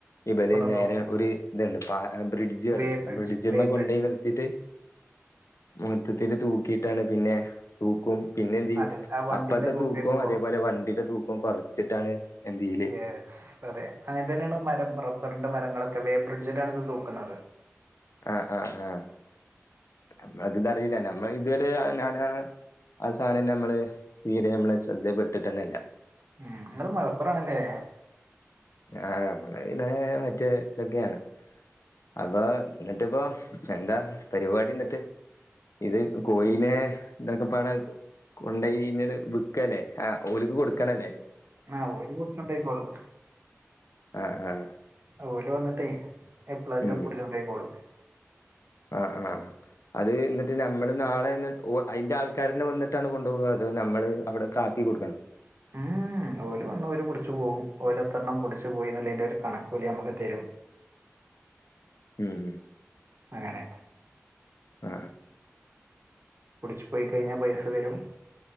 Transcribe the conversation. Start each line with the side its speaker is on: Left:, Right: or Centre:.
Left: ഇപര്
Right: ഒന്ന്
Left: നേരെ
Right: തൂക്കും
Left: ഒരു ഇത്ണ്ട് പാലാ, ബ്രിഡ്ജ് അറിം.
Right: വേ ബ്രിഡ്ജ്
Left: ബ്രിഡ്ജിമ്മ
Right: വേ
Left: കൊണ്ടോയി
Right: ബ്രിഡ്ജ്
Left: നിർത്തിട്ട് മൊണക്കത്തില് തൂക്കിട്ടാണ് പിന്നെ തൂക്കും പിന്നെ എന്ത്യ്യും
Right: അതെ ആ വണ്ടിന്റെ
Left: അപ്പത്തെ
Right: തൂക്കന്ന്
Left: തൂക്കും
Right: കുറക്കും
Left: അതേപോലെ വണ്ടിടെ തൂക്കും കൊറച്ചിട്ടാണ് എന്ത്യയില്
Right: യെസ് അതെ, അങ്ങന തന്നെണ് മരം റബ്ബറിന്റെ മരങ്ങളൊക്കെ വേബ്രിഡ്ജിലാണ് ഇത് തൂക്കുന്നത്.
Left: ആഹ് ആഹ് ആ. നമ്മൾ ത്‌തറിയില്ലല്ല. നമ്മള്തു വരെ ഞാനാലാ അത് സാരല്ല്യ, ഞമ്മള് തീരെ ഞമ്മളെ ശ്രദ്ധയിപ്പെട്ടിട്ടന്നല്ല.
Right: ഉം, ഇങ്ങള് മലപ്പുറാണല്ലേ
Left: ആഹ്, അവ്ടെ ഇന്നേ മറ്റേ തൊക്കെയാണ് അപ്പൊ ഇന്നിട്ട്പ്പോ എന്താ പരിവാടി ഇന്നിട്ട്? ഇത് കോയിനെ ഇതൊക്കെപാടെ കൊണ്ടോയി ഇങ്ങനെ വിക്കല്ലേ ആ ഓലക്ക് കൊടുക്കനല്ലേ
Right: ആഹ്, ഓല് പുടിച്ചൊണ്ടോയിക്കോളും.
Left: ആഹ് ആഹ്
Right: ഓല് വന്നിട്ട് എപ്പളാചാ
Left: ഉം
Right: പുടിച്ചോണ്ടോയിക്കോളും.
Left: ആ ആഹ് അത് ഇന്നിട്ട് ഞമ്മള് നാളെന്ന ഉ അയിന്റെ ആൾക്കാരന്നെ വന്നിട്ടാണ് കൊണ്ടോവല് ഞമ്മള് അവിടെ - ആക്കി കൊടുക്കണം
Right: ആഹ്, ഓല് വന്നോല് പുടിച്ചു പോവും. ഓലെത്തണ്ണം പുടിച്ചു പോയിന്ന്ല്ലയിന്റെ ഒരു കണക്ക് ഓല് ഞമ്മക്ക് തരും.
Left: ഉം
Right: അങ്ങനെ
Left: ആഹ്
Right: പുടിച്ച് പോയി കയിഞ്ഞാൽ പൈസ തരും